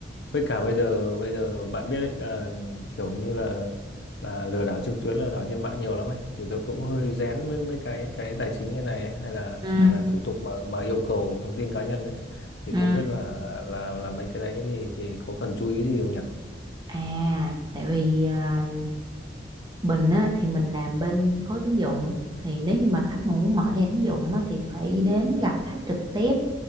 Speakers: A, on the left; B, on the right.
A: với cả bây giờ bây giờ bạn biết đấy là kiểu như là là lừa đảo trực tuyến lừa đảo trên mạng nhiều lắm ấy thì tôi cũng hơi rén với mấy cái cái tài chính như này ấy, hay là
B: ừ
A: hay là thủ tục mà mà yêu cầu thông tin cá nhân ấy thì
B: ừ
A: không biết là là là mấy cái đấy thì thì có cần chú ý gì không nhỉ?
B: à tại vì à, Bình á, thì mình làm bên khối tín dụng thì nếu như mà khách mà muốn mở thẻ tín dụng á, thì phải đến gặp khách trực tiếp